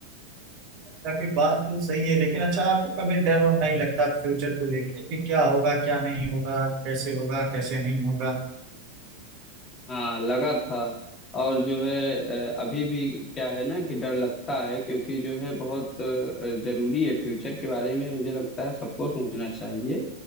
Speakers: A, on the right; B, on the left.
A: काफी बात तो सही है लेकिन अच्छा आपको कभी डर वर नहीं लगता फ्यूचर को लेके कि क्या होगा क्या नहीं होगा कैसे होगा कैसे नहीं होगा
B: हाँ लगा था और जो है अ, अभी भी क्या है ना कि डर लगता है क्योंकि जो है बहुत अ, जरूरी है फ्यूचर के बारे में मुझे लगता है सबको सोचना चाहिए